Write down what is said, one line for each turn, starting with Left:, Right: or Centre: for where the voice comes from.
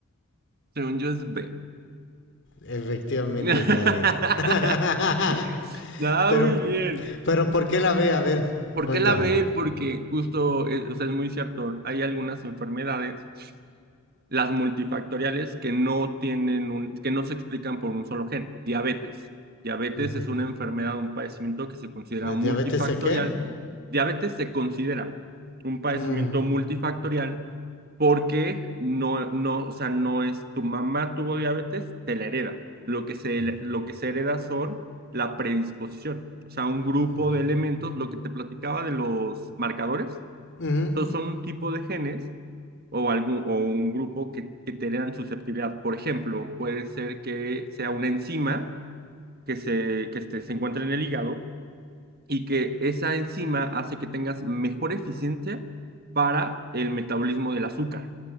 Right: Según yo es B.
Left: Efectivamente
Right: <laughs>
Left: es la B. <laughs>
Right: Ah,
Left: pero,
Right: muy bien.
Left: pero ¿por qué la B? A ver,
Right: ¿Por
Left: cuéntame.
Right: qué la B? Porque justo, eh, o sea, es muy cierto, hay algunas enfermedades las multifactoriales que no tienen un, que no se explican por un solo gen. Diabetes. Diabetes
Left: Ujú.
Right: es una enfermedad, un padecimiento que se considera
Left: ¿De
Right: multifactorial.
Left: diabetes de qué?
Right: Diabetes se considera un padecimiento
Left: Ujú,
Right: multifactorial porque no, no, o sea, no es tu mamá tuvo diabetes, te la hereda. Lo que se,
Left: ujú,
Right: lo que se hereda son la predisposición, o sea, un grupo
Left: ujú,
Right: de elementos, lo que te platicaba de los marcadores,
Left: ujú.
Right: entonces son un tipo de genes o, algún, o un grupo que, que tengan susceptibilidad. Por ejemplo, puede ser que sea una enzima que, se, que este, se encuentra en el hígado y que esa enzima hace que tengas mejor eficiencia para el metabolismo del azúcar.